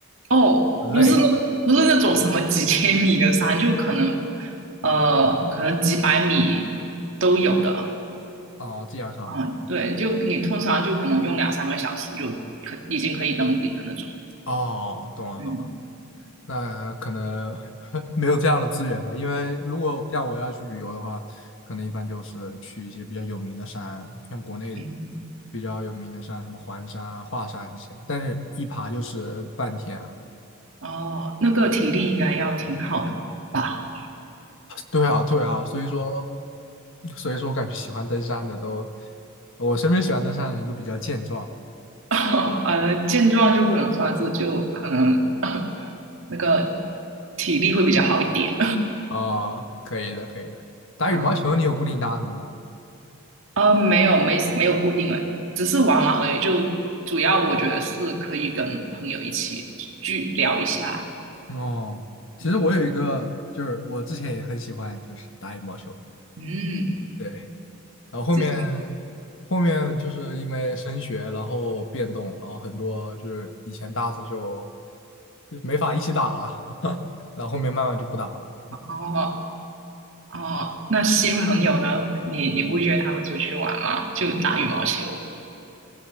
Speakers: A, on the right; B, on the left.
A: 哦，
B: 累
A: 不是那不是那种什么几千米的山，就可能呃可能几百米都有的
B: 哦，这样上
A: 啊。对，就你通常就可能用两三个小时就可已经可以登顶的那种。
B: 哦，懂了懂了。
A: 嗯
B: 那可能 <laughs> 没有这样的资源吧，因为如果像我要去旅游的话，可能一般就是去一些比较有名的山，像国内
A: 嗯。
B: 比较有名的山，什么环山啊、华山这些，但是一爬就是半天啊。
A: 哦，那个体力应该要挺好的吧？
B: 对啊，对啊，所以说，所以说我感觉喜欢登山的都，我身边喜欢登山的人都比较健壮
A: <laughs> 呃，健壮就不能算是，就可能呃 <laughs> 那个体力会比较好一点
B: 啊、可以的，可以的。打羽毛球你有固定搭子吗？
A: 啊。<laughs> 呃，没有，没没有固定的，只是玩玩而已。就主要我觉得是可以跟朋友一起去聊一下。
B: 哦，其实我有一个，
A: 嗯
B: 就是我之前也很喜欢，就是打羽毛球。
A: 嗯，
B: 对，然后后面后面就是因为升学，
A: 自己
B: 然后变动，然后很多就是以前搭子就就没法一起打了，<laughs> 然后后面慢慢就不打了。
A: 哦哦，那新朋友呢？你你不约他们出去玩吗？就打羽毛球。